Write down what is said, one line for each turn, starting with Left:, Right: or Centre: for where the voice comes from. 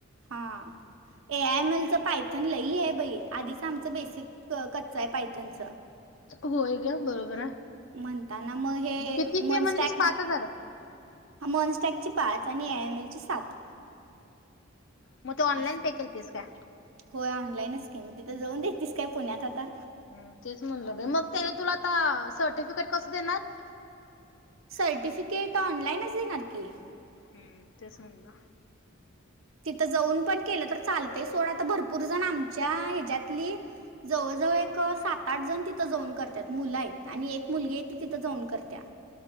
Right: हा. ए आय एम एल चं पायथन लही आहे बाई आधीच आमचं बेसिक कच्च आहे पायथनच
Left: होय ग्या बरोबर.
Right: म्हणताना मग हे
Left: किती फी
Right: मनस्टॅक
Left: म्हणलीस पाच हजार
Right: मनस्टॅकची पाच पाच आणि यहमेल चे सात
Left: मग ते ऑनलाईन
Right: असा
Left: पे केलतीस काय
Right: हो ऑनलाईनच स्कीम जाऊन देतेस काय पुण्यात आता.
Left: ह तेच म्हणलं मग त्याने तुला आता सर्टिफिकेट कस देणार?
Right: सर्टिफिकेट ऑनलाईनच देणार की
Left: हम्म तेस म्हंल.
Right: तिथं जाऊन पण केलं तर चालतय सोडा तर भरपूर जण आमच्या ह्याच्यातली जवळजवळ एक सात आठ जण तिथं जऊन करतात मुलं आहेत आणि एक मुलगी आहे ती तिथं जाऊन करत्या.